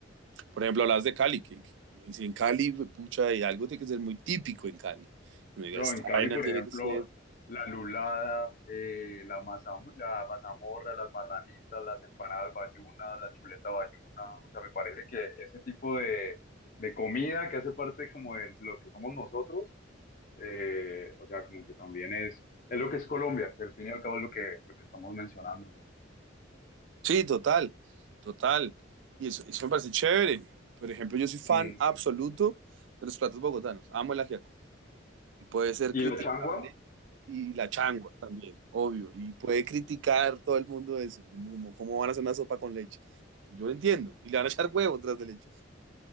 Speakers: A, on the right; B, on the left.
A: Por ejemplo, hablas de Cali, que, que me dicen, en Cali, pucha, hay algo tiene que ser muy típico en Cali. Me diga,
B: Yo
A: esta
B: en Cali,
A: vaina
B: por
A: tiene
B: ejemplo,
A: que ser
B: la lulada, eh, la masa, la mazamorra, las marranitas, las empanadas bayunas, la chuleta bayuna, o sea, me parece que ese tipo de, de comida que hace parte como de lo que somos nosotros, eh, o sea, como que también es, es lo que es Colombia, que al fin y al cabo es lo que, lo que estamos mencionando, ¿no?
A: Sí, total, total. Y eso, eso me parece chévere. Por ejemplo, yo soy fan
B: Mm,
A: absoluto de los platos bogotanos. Amo el ajiaco. Y puede ser
B: Y
A: criticable
B: la changua,
A: y la changua también, obvio. Y puede criticar todo el mundo eso, como, como cómo van a hacer una sopa con leche. Yo lo entiendo. Y le van a echar huevo tras de leche.